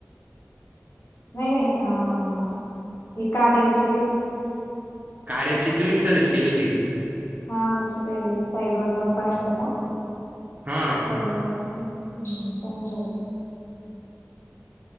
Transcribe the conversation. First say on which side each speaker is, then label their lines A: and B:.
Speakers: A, on the left; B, on the right.
A: नाही नाही अ ही कार्या ची रे.
B: कार्याची तुम्हीच सजेस्ट केली होती.
A: हा म तू ते तिथे साईड वर जाऊन पाहिलं का?
B: हां
A: सगळी माहिती. हम् चांगली झाली.